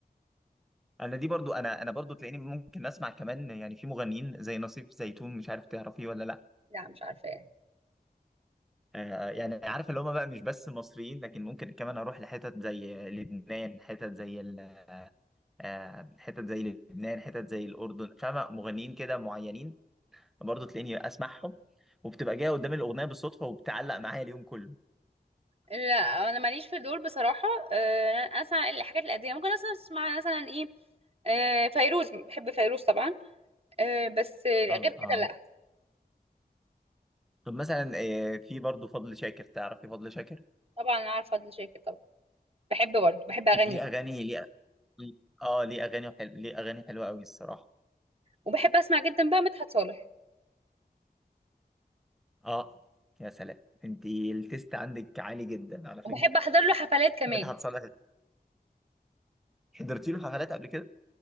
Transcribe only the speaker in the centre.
انا دي برضو انا انا برضو تلاقيني ممكن اسمع كمان يعني في مغنيين زي نصيف زيتون مش عارف تعرفيه ولا لا
آه يعني عارف اللي هم بقى مش بس مصريين لكن ممكن كمان اروح لحتت زي لبنان حتت زي ال- آه حتت زي لبنان حتت زي الاردن فاهمه مغنيين كده معينين برضه تلاقيني اسمعهم وبتبقى جايه قدام الاغنيه بالصدفه وبتعلق معايا اليوم كله
اه
اه
طب مثلا آه، في برضه فضل شاكر تعرفي فضل شاكر
ليه اغاني ليه اه ليه اغاني حلو ليه اغاني حلوه قوي الصراحه
اه يا سلام انت التيست عندك عالي جدا على فكره
مدحت صالح حضرتي له حفلات قبل كده